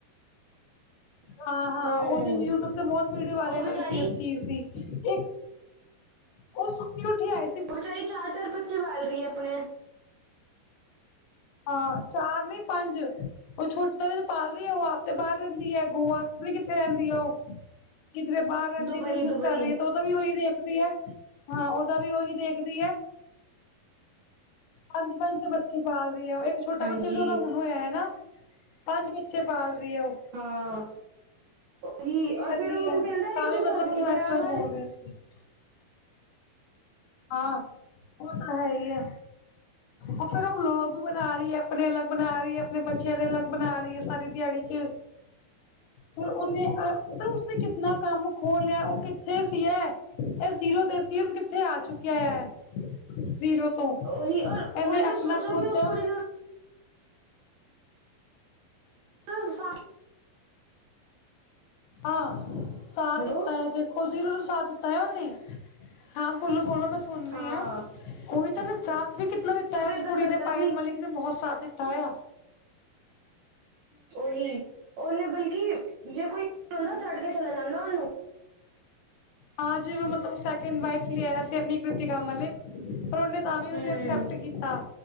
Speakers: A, on the right; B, on the left.
A: <inaudible>
B: ਹਾਂ-ਹਾਂ,
A: ਹੂੰ
B: ਓਦੀ ਯੂਟਯੁਬ ਤੇ ਬਹੁਤ ਵੀਡੀਓ ਵਾਇਰਲ
A: ਉਹ ਵਿਚਾਰੀ
B: ਹੋਈ ਸੀ ਏਸ ਚੀਜ਼ ਦੀ। ਏ, ਓ ਸੁੱਤੀ-ਉੱਠੀ ਆਏ
A: ਓ ਵਚਾਰੀ, ਚਾਰ-ਚਾਰ ਬੱਚੇ ਪਾਲ ਰਈ ਆਪਨੇ।
B: ਹਾਂ, ਚਾਰ ਨੀ ਪੰਜ। ਓ ਛੋਟਾ ਜੇਆ ਤੇ ਪਾਲ ਰਹੀ ਐ, ਓ ਆਪ ਤੇ ਬਾਰ ਰੇਂਦੀ ਏ ਗੋਆ, ਪਤਾ ਨੀ ਕਿੱਥੇ ਰੈਂਦੀ ਓ? ਕਿਦਰੇ ਬਾਰ ਰੈਂਦੀ।
A: ਦੁਬਈ
B: ਬਿਜਨਸ
A: ਦੁਬਈ
B: ਕਰ ਰਈ ਆ, ਤੋ ਓਦਾ ਵੀ ਓਹੀ ਦੇਖਦੀ ਐ, ਹਾਂ ਓਦਾ ਵੀ ਓਹੀ ਦੇਖਦੀ ਐ ਪੰਜ-ਪੰਜ ਤੇ ਬੱਚੇ ਪਾਲ ਰੀਆ ਓਏ, ਇੱਕ ਛੋਟਾ
A: ਹਾਂਜੀ
B: ਬੱਚਾ ਵੀ ਤੇ ਓਦਾ ਹੁਨ ਹੋਇਆ ਏ ਨਾ, ਪੰਜ ਬੱਚੇ ਪਾਲ ਰਹੀ ਆ ਓ।
A: ਹਾਂ, ਓ ਹੀ,
B: ਰਹਿੰਦੀ
A: ਔਰ ਫੇਰ ਓਨੂੰ
B: ਹੈ
A: ਕੇਦਾਂ ਏ
B: ਤਾਂ
A: ਕੇ ਤੂੰ
B: ਵੀ ਮਤਲਬ
A: ਸਜ
B: ਉਹਨੂੰ
A: ਕੇ ਰਿਆ
B: ਇਸ ਤਰ੍ਹਾਂ
A: ਕਰ।
B: <unintelligible> ਹਾਂ, ਓ ਤਾਂ ਹੈ ਈ ਆ। ਓ ਫਿਰ ਓ ਬਲੋਗ ਬਣਾ ਰਹੀ ਏ, ਅਪਨੇ ਅਲਗ ਬਣਾ ਰਹੀ ਏ, ਆਪਨੇ ਬੱਚਿਆਂ ਦੇ ਅਲਗ ਬਣਾ ਰਹੀ ਏ ਸਾਰੀ ਦਿਆੜੀ ਚ, ਫਿਰ ਉਨੇ ਅਂ, ਪਤਾ ਉਸਨੇ ਕਿਤਨਾ ਕੰਮ ਖੋਲ ਲਿਆ। ਉਹ ਕੇ ਦੇਖ ਧੀਏ, ਏ ਜੀਰੋ ਤੇ ਫਿਰ ਕਿੱਥੇ ਆ ਚੁੱਕਿਆ ਐ ਜ਼ੀਰੋ ਤੋਂ,
A: ਉਹੀ ਔਰ ਉਹਨੇ
B: ਏਨੇ ਐਪਨਾ
A: ਸੋਚੋ
B: ਖੁਦ
A: ਕਿ ਉਸ
B: ਦਾ
A: ਕੁੜੀ ਨੂੰ <unintelligible>
B: ਆਂ, ਸਾਥ
A: ਹੈਲੋ
B: ਦਿੱਤਾ ਏ ਦੇਖੋ, ਜ਼ੀਰੋ ਤੋਂ ਸਾਥ ਦਿੱਤਾ ਐ। ੳਨੇ। ਹਾਂ, ਬੋਲੋ- ਬੋਲੋ ਮੈਂ ਸੁਨ ਰਹੀ
A: ਹਾਂ
B: ਆਂ, ਓਵੀ ਤਾਂ ਨਾ ਸਾਥ ਵੀ ਕਿਤਨਾ ਤੈਂ,
A: ਫਿਰ
B: ਉਸ
A: ਏਦਾਂ
B: ਕੁੜੀ
A: ਕਰਤਾ
B: ਨੇ ਪਾਇਲ
A: ਸੀ
B: ਮਲਿਕ ਨੇ ਬਹੁਤ ਸਾਥ ਦਿੱਤਾ ਐ।
A: ਓਹੀ ਓਨੇ ਬਲ ਕੀ, ਜੇ ਕੋਈ, ਹੋਰ ਹੁੰਦ ਨਾ ਛਡ ਕੇ ਚਲਾ ਜਾਂਦਾ ਓਨੂੰ।
B: ਹਾਂ, ਜਿਵੇਂ ਮਤਲਬ ਸੈ ਲੇਕਿਨ, ਵਈਫ਼ ਲੇ ਆਇਆ ਸੀ। ਆਪਨੀ ਕ੍ਰਿਤਕਾ ਮਲਿਕ, ਪਰ ਓਨੇ ਤਾਂ ਵੀ ਓਨੂੰ
A: ਹਮ
B: ਐਕਸੈਪਟ ਕੀਤਾ।